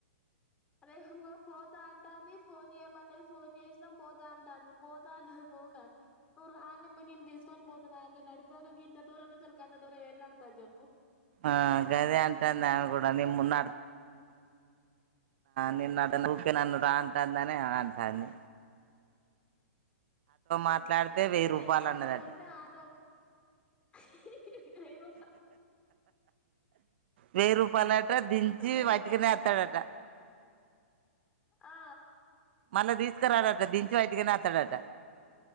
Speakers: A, on the left (about 15°); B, on the right (about 55°).
A: అదే ఇంకో పోతా అంటాంది ఫోన్ ఏమన్నది ఫోన్ చేసినా పోతా అంటాంది పోతా అన్నది పోక నువ్వు రానిమ్మ నేను తీసుకొని పోతాను రా నడిపోక ఇంత దూరం నుంచి వాళ్ళకి అంత దూరం ఏం నడతంది చెప్పు
B: ఆ గదే అంటాది కూడా నిము నడు నిన్న నిన్న ఊక నన్ను రా అంటాది అని ఆ అంటంది మాట్లాడితే
A: అయితే
B: వెయ్యి
A: నేను
B: రూపాయలు
A: నడవనంటే
B: అన్నదట
A: ఆటో హి హి లేదు
B: వేరు పలాటా దించి
A: వెయ్యి
B: వాట్కనే
A: రూపాయలు అనంగా
B: వత్తాడట
A: ఆ
B: మళ్ళా తీసుకురాడట దించి బయటికినే వస్తాడట